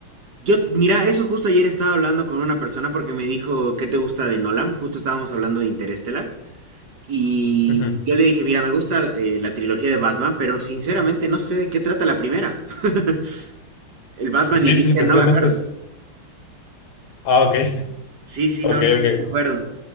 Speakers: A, on the right; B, on the left.
A: Yo, mira, eso justo ayer estaba hablando con una persona porque me dijo, ¿qué te gusta de Nolan? Justo estábamos hablando de Interestelar. Y
B: Ujú.
A: yo le dije, mira, me gusta eh, la trilogía de Batman, pero sinceramente no sé de qué trata la primera. <laughs> El Batman
B: Sí, sí,
A: inicia,
B: sí, precisamente
A: no me acuerdo.
B: es. Ah, ok, <laughs>
A: Sí, sí,
B: ok,
A: no, no, no
B: ok.
A: me acuerdo.